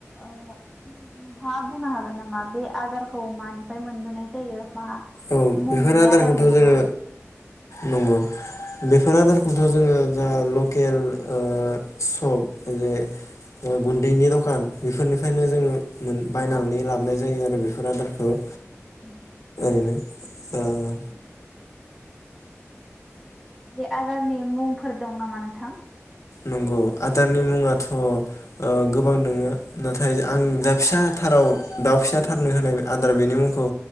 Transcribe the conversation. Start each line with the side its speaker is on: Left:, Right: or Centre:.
Centre: ओ नोंथाङा बुंनो हाग <unintelligible> नामा बे आदारखौ मानिफाय मोनबोनाय जायो मा
Left: औ
Centre: मुं
Left: बेफोर
Centre: बे
Left: आदारखौथ'
Centre: आदारनि मुङा?
Left: जोङो नंगौ बेफोर आदारखौथ' जोंङो जा लकेल ओ सप जे गुन्दैनि दखान बेफोरनिफ्रायनो जोंङो मोन बायनानै
Centre: औ
Left: लाबोनाय <unintelligible> बेफोर आदारखौ
Centre: औ
Left: बिनो ओ
Centre: औ बे आदारनि मुंफोर दं नामा नोंथां?
Left: नंगौ आदारनि मुङाथ' ओ गोबां दोङो नाथाय आं दा फिसाथाराव दाउ फिसा
Centre: औ
Left: थारनो होनाय आद आदार बेनि मुंखौ